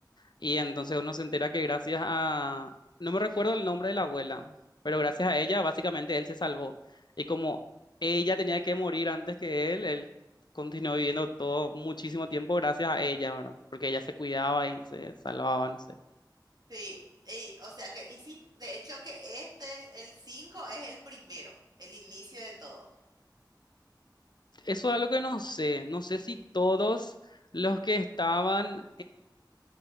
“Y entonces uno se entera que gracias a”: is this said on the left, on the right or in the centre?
Left